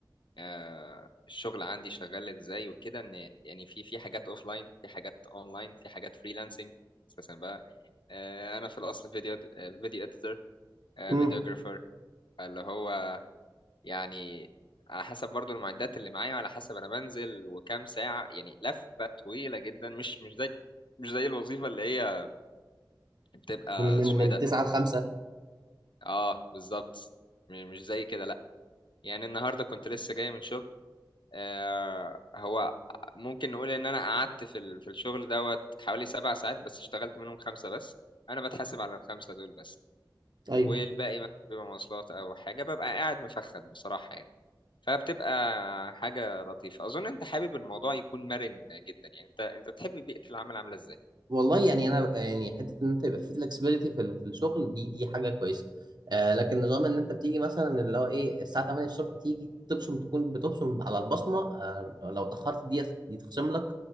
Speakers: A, on the left (about 80°); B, on the right (about 60°).
A: آه، الشغل عندي شغال ازاي وكده ان يعني في في حاجات اوف لاين في حاجات اونلاين في حاجات فريلانسنج اساسا بقى آه، انا في الاصل فيديو فيديو اديتور
B: بدري
A: فيديوجرافر اللي هو يعني على حسب برضو المعدات اللي معايا وعلى حسب انا بنزل وكام ساعة يعني لفة طويلة جدا مش مش زي مش زي الوظيفة اللي هي بتبقى
B: من من
A: اسمه
B: من
A: ايه ده
B: 9 ل 5
A: اه بالظبط م- مش زي كده لا يعني النهارده كنت لسه جاي من شغل آه، هو ممكن نقول ان انا قعدت في ال- في الشغل دوت حوالي سبع ساعات بس اشتغلت منهم خمسة بس انا بتحاسب على الخمسة دول بس
B: ايوه
A: والباقي مثلا بيبقى مواصلات او حاجة ببقى قاعد مفخد بصراحة يعني فبتبقى حاجة لطيفة اظن انت حابب الموضوع يكون مرن جدا يعني انت انت تحب بيئة العمل عاملة ازاي
B: والله يعني انا يعني حته ان انت يبقى في فلكسبيتي في ال- في الشغل دي دي حاجه كويسه آه لكن نظام ان انت بتيجي مثلا اللي هو ايه الساعه 8 الصبح تيجي تبصم تكون بتبصم على البصمه آه لو اتاخرت دي دي تخصم لك